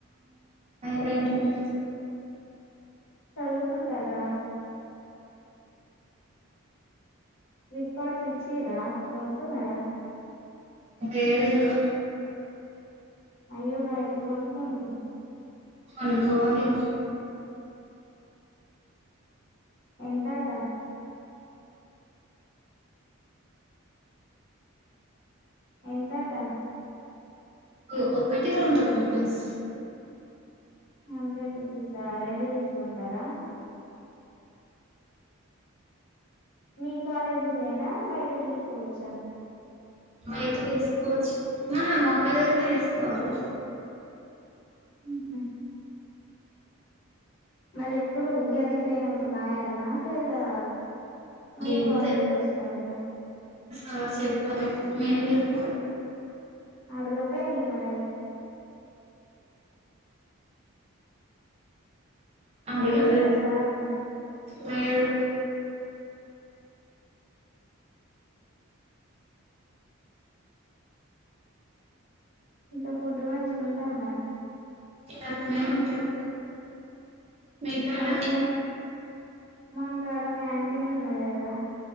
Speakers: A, on the right; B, on the left.
A: వేంట నే
B: చదువుకుంటారా రికార్డ్స్ ఇచ్చిరా కొనుక్కున్నారా
A: లేదు ఇంకా
B: అయ్యో మరి ఎప్పుడు కొనుక్కుంటారు
A: కొనుక్కోవాలి ఇగ
B: ఎంతట ఎంతట
A: ఓ ఒక్కటి హండ్రెడ్ రపీస్,
B: హండ్రెడ్ రూపీసా రెండు తీసుకుంటారా, మీ కాలేజీలైనా బయట తీసుకోవచ్చా,
A: బయట తీసుకోవచ్చు మా కాలేజీలో తీసుకోవాలి
B: ఉహు మరి ఎప్పుడు ఊగాదికి పోయినప్పుడు రాయల్లా లేదా మల్ల
A: ఏమో
B: కాలేజీకి వచ్చినంక నా
A: ఆ చెప్పలేదు నువ్వే చెప్పు
B: అడగపోయిళ్ళు మరే
A: అడిగలే
B: అడిగిల్లా సార్ని
A: మీరు
B: ఇంకా ఫుడ్ మంచిగుంటందా
A: అట్నే ఉంటది మీ కాడ
B: కంప్లైంట్ మాకాడ క్యాంటీన్ ఉన్నది కదా